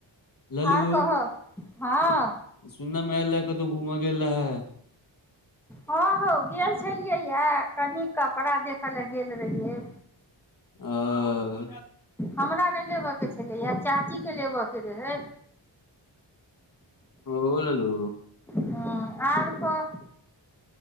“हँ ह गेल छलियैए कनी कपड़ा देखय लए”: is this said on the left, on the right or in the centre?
Centre